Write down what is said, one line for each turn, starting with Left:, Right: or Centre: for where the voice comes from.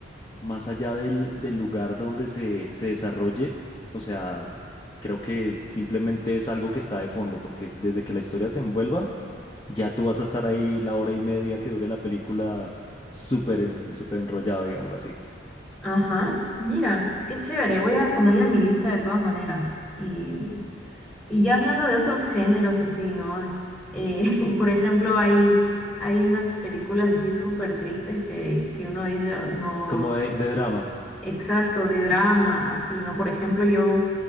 Left: más allá del, del lugar donde se, se desarrolle, o sea, creo que simplemente es algo que está de fondo, porque es- desde que la historia te envuelva, ya tú vas a estar ahí la hora y media que dure la película súper en- súper enrollado, digámoslo así.
Centre: Ajá, mira, qué chévere. Voy a ponerle en mi lista de todas maneras y Y ya hablando de otros géneros así, ¿no? Eh, <laughs> por ejemplo, hay, hay unas películas así súper tristes que, que uno dice, "Ah, no,
Left: Como de, de drama.
Centre: exacto, de drama, así, ¿no? Por ejemplo, yo